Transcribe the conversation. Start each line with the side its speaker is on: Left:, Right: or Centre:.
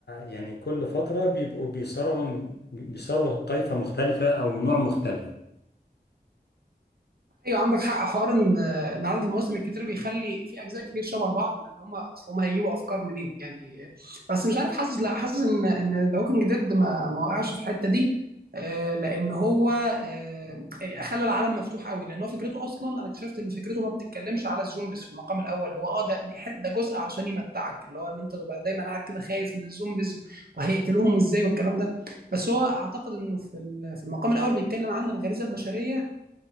Left: يعني كل فترة بيبقوا بيصارعوا بيصارعوا طائفة مختلفة أو نوع مختلف
Right: ايوه عندك حق حوار ان ان عدد المواسم الكتير بيخلي في اجزاء كتير شبه بعض لان هم اصل هم هيجيبوا افكار منين يعني بس مش عارف حاسس لا حاسس ان ان ذا ووكينج ديد ما ما وقعش في الحته دي آه، لان هو آه، يعني خلى العالم مفتوح قوي لان هو فكرته اصلا انا اكتشفت ان فكرته ما بتتكلمش على الزومبيز في المقام الاول هو اه ده دي حته ده جزء علشان يمتعك اللي هو ان انت تبقى دايما قاعد كده خايف من الزومبيز وهيقتلوهم ازاي والكلام ده بس هو اعتقد انه في ال- في المقام الاول بيتكلم عن الغريزه البشريه